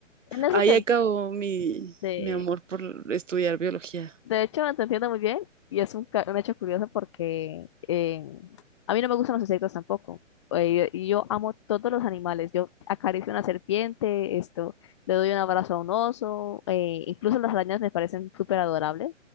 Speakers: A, on the left (about 20°); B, on the right (about 70°).
A: en eso
B: ahí
A: te,
B: acabó mi,
A: de,
B: mi amor por estudiar biología.
A: de hecho te entiendo muy bien y es un, ca- un hecho curioso porque eh, a mí no me gustan los insectos tampoco. Eh, y yo amo todos los animales. Yo acaricio una serpiente, esto, le doy un abrazo a un oso, eh, incluso las arañas me parecen súper adorables.